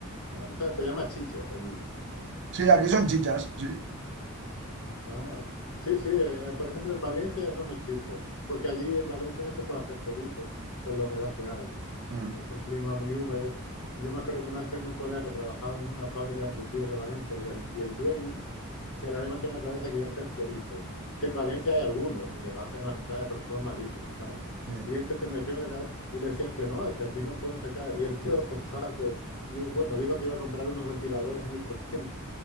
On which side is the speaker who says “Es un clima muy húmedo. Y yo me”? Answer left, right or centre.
Left